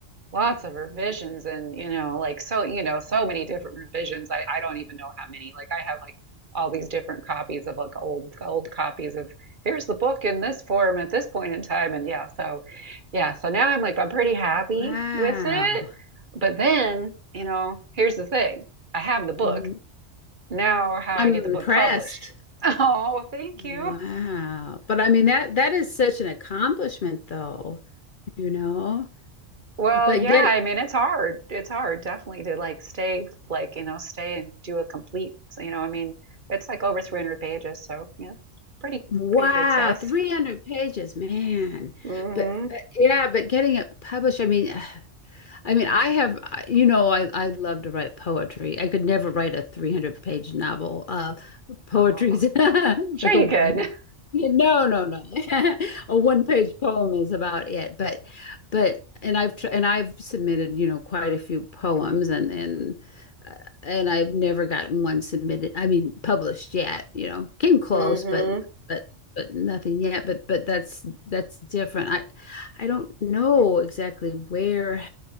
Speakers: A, on the right; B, on the left.
A: lots of revisions and you know, like so, you know, so many different revisions. I, I don't even know how many. Like I have like all these different copies of like old old copies of here's the book in this form at this point in time. And yeah, so yeah, so now I'm like I'm pretty happy
B: Wow.
A: with it. But then, you know, here's the thing. I have the book.
B: Mhm.
A: Now, how
B: I'm
A: do I get
B: impressed.
A: the book published? <laughs> Oh, well, thank
B: Wow.
A: you.
B: But I mean that that is such an accomplishment though, you know.
A: Well,
B: But
A: yeah,
B: get
A: I mean, it's hard. It's hard, definitely, to like stay, like, you know, stay and do a complete, you know, I mean, it's like over 300 pages, so yeah, it's pretty,
B: wow,
A: pretty good size.
B: 300 pages, man.
A: Mm-hmm.
B: But, but yeah, but getting it published, I mean, <sighs> I mean, I have, uh, you know, I I love to write poetry. I could never write a 300 page novel. uh, poetry's
A: Oh,
B: <laughs>
A: sure
B: like
A: you
B: a
A: could. <laughs>
B: yeah, no, no, no. <laughs> A one-page poem is about it, but but and I've tr and I've submitted, you know, quite a few poems and and uh, and I've never gotten one submitted. I mean, published yet, you know. Came close,
A: Mm-hmm.
B: but but but nothing yet. But but that's that's different. I I don't know exactly where.